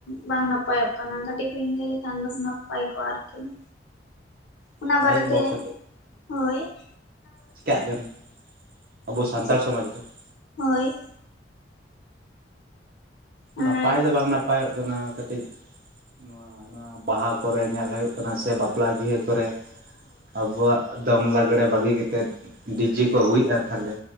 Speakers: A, on the left; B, on the right.
A: ᱵᱟᱝ ᱱᱟᱯᱟᱭ ᱱᱟᱯᱟᱭᱚᱜ ᱠᱟᱱᱟ ᱠᱟᱹᱴᱤᱡ ᱵᱮᱤᱱᱤᱫᱟᱹᱭ ᱞᱮᱠᱷᱟᱱ ᱫᱚ ᱱᱟᱯᱟᱭ ᱠᱚᱜᱼᱟ ᱟᱨᱠᱤ ᱾ ᱚᱱᱟ
B: ᱢᱟᱭᱤᱠ
A: ᱵᱟᱨᱮᱛᱮ
B: ᱵᱚᱠᱥ
A: ᱦᱳᱭ ᱾
B: ᱪᱤᱠᱟᱜ ᱠᱟᱱᱟ ᱟᱵᱚ ᱥᱟᱱᱛᱟᱲ
A: ᱪᱮᱫ
B: ᱥᱚᱢᱟᱡᱽ ᱨᱮ ᱾
A: ᱦᱳᱭ, ᱦᱳᱭ
B: ᱱᱟᱯᱟᱭ ᱫᱚ ᱵᱟᱝ ᱱᱟᱯᱟᱭᱚᱜ ᱠᱟᱱᱟ, ᱠᱟᱹᱴᱤᱡ ᱱᱚᱣᱟ ᱱᱚᱣᱟ ᱵᱟᱦᱟ ᱠᱚᱨᱮ ᱧᱮᱞ ᱦᱩᱭᱩᱜ ᱠᱟᱱᱟ ᱥᱮ ᱵᱟᱯᱞᱟ ᱵᱤᱦᱟᱹ ᱠᱚᱨᱮ ᱟᱵᱚᱣᱟᱜ ᱫᱚᱝ ᱞᱟᱜᱽᱬᱮ ᱵᱟᱹᱜᱤ ᱠᱟᱛᱮᱜ ᱰᱤᱡᱮ ᱠᱚ ᱟᱹᱜᱩᱭᱮᱫᱼᱟ ᱛᱟᱞᱦᱮ